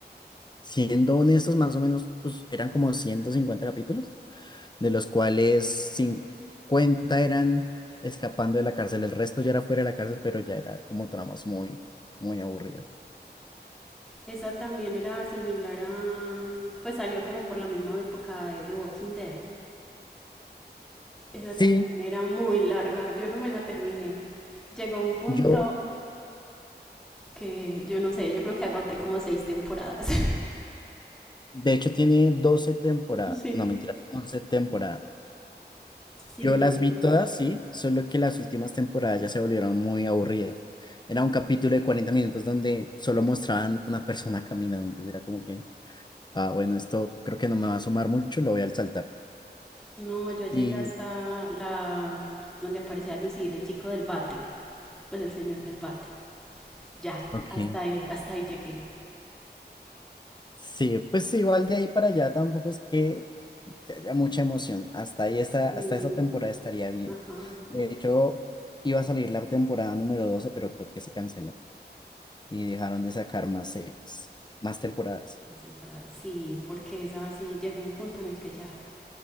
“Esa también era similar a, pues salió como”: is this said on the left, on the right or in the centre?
Centre